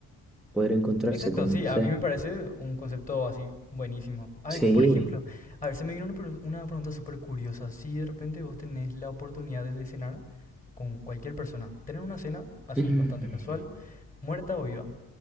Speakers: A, in the centre; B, on the left.
A: poder encontrarse
B: Exacto,
A: con...
B: sí,
A: Sí,
B: a mí me parece un concepto así buenísimo. A
A: sí.
B: ver, por ejemplo, a ver, se me vino una, pre- una pregunta súper curiosa. Si de repente vos tenés la oportunidad de cenar con cualquier persona, tener una cena así
A: Mm.
B: bastante casual, muerta o viva,